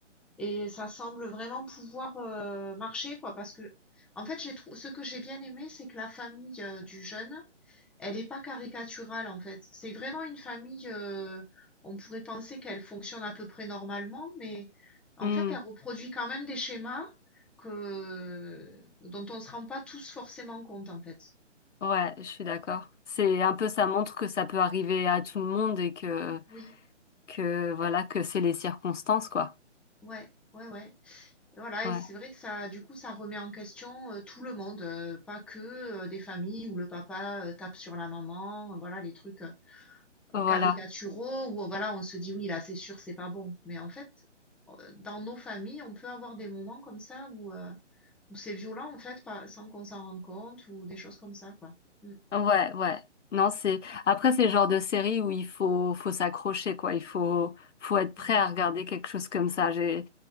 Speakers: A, in the centre; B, on the left.
A: et ça semble vraiment pouvoir euh, marcher quoi, parce que en fait j'ai trou- ce que j'ai bien aimé, c'est que la famille euh, du jeune Elle est pas caricaturale en fait. C'est vraiment une famille, euh, on pourrait penser qu'elle fonctionne à peu près normalement, mais en
B: Hmm.
A: fait, elle reproduit quand même des schémas que, dont on ne se rend pas tous forcément compte en fait.
B: Ouais, je suis d'accord. C'est un
A: Et-
B: peu, ça montre que ça peut arriver à tout le monde et que,
A: Oui,
B: que voilà, que c'est les circonstances, quoi.
A: ouais, ouais, ouais. Et Voilà,
B: Ouais,
A: et c'est vrai que ça, du coup, ça remet en question euh, tout le monde, euh, pas que euh, des familles où le papa euh, tape sur la maman, euh, voilà, les trucs. euh,
B: voilà.
A: caricaturaux où euh, voilà, on se dit oui, là c'est sûr, c'est pas bon. Mais en fait, euh, dans nos familles, on peut avoir des moments comme ça où, euh, où c'est violent en fait, pas- sans qu'on s'en rende compte ou des choses comme ça, quoi. Mm.
B: Ouais, ouais. Non, c'est, après, c'est le genre de série où il faut, faut s'accrocher, quoi. Il faut, faut être prêt
A: Ouais,
B: à regarder quelque chose comme ça. J'ai,